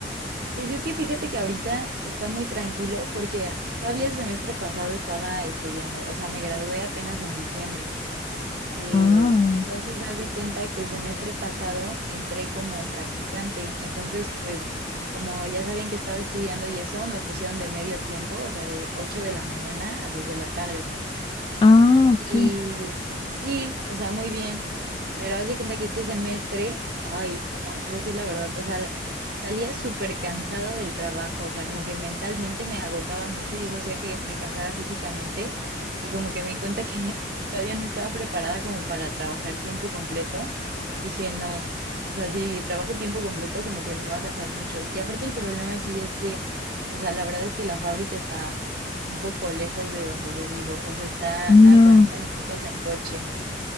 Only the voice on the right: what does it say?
Pues es que fíjate que ahorita está muy tranquilo porque todavía el semestre pasado estaba estudiando, o sea, me gradué apenas en diciembre. Eh,
entonces, haz de cuenta que el semestre pasado entré como practicante, entonces, pues, como ya sabían que estaba estudiando y eso, me pusieron de medio tiempo, o sea, de 8 de la mañana a 2 de la tarde.
Y sí, o sea, muy bien, pero haz de cuenta que este semestre, ay, no, te voy a decir la verdad, o sea, salía súper cansada del trabajo, o sea, como que mentalmente me agotaba mucho y eso hacía que me cansara físicamente y como que me di cuenta que <laughs> todavía no estaba preparada como para trabajar tiempo completo. Dije, no, o sea, si trabajo tiempo completo, como que me voy a cansar mucho. Y aparte el problema aquí es que, o sea, la verdad es que la fábrica está un poco lejos de donde yo vivo, o sea, está
a 40 minutos en coche.